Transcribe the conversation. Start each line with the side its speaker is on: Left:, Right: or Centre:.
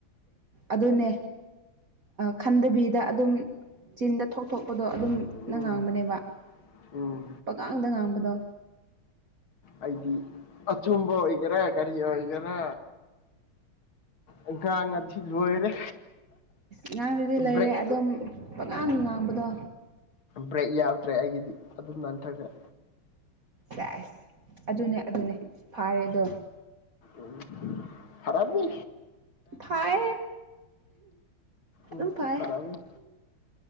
Right: ꯑꯗꯨꯅꯦ ꯈꯟꯗꯕꯤꯗ ꯑꯗꯨꯝ ꯆꯤꯟꯗ ꯊꯣꯛ ꯊꯣꯛꯄꯗꯣ ꯑꯗꯨꯝꯅ
Left: ꯎꯝ
Right: ꯉꯥꯡꯕꯅꯦꯕ
Left: ꯎꯝ
Right: ꯄꯀꯥꯡꯗ ꯉꯥꯡꯕꯗꯣ
Left: ꯑꯩꯗꯤ ꯑꯆꯨꯝꯕ ꯑꯣꯏꯒꯦꯔꯥ ꯀꯔꯤ ꯑꯣꯏꯒꯦꯔꯥ ꯑ ꯉꯥꯡ ꯉꯗꯤ ꯂꯣꯏꯔꯦ
Right: ꯉꯥꯡꯗꯨꯗꯤ ꯂꯩꯔꯦ
Left: ꯕ꯭ꯔꯦꯛ
Right: ꯑꯗꯨꯝ ꯄꯉꯥꯡ ꯉꯥꯡꯕꯗꯣ
Left: ꯕ꯭ꯔꯦꯛ ꯌꯥꯎꯗ꯭ꯔꯦ ꯑꯩꯒꯤꯗꯤ ꯑꯗꯨꯝꯅ ꯅꯥꯟꯊꯒ꯭ꯔꯦ꯫
Right: ꯆꯁ ꯑꯗꯨꯅꯦ ꯑꯗꯨꯅꯦ ꯐꯔꯦꯗꯣ
Left: ꯎ ꯈꯔꯞꯅꯤ
Right: ꯐꯥꯏ
Left: ꯎꯝ
Right: ꯎ ꯄꯥꯏ
Left: ꯐꯔꯝꯅꯤ